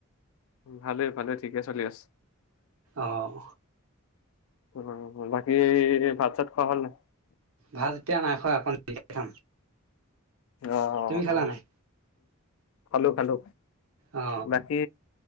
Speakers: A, on the left; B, on the right.
A: ভালেই ভালেই ঠিকে চলি আছে।
B: অঁ
A: অ বাকি ভাত চাত খোৱা হ'ল নাই
B: ভাত এতিয়া নাই খোৱা অকণ দেৰিকে খাম
A: অ
B: তুমি খালা
A: অ
B: নাই
A: খালো খালো
B: অ
A: বাকী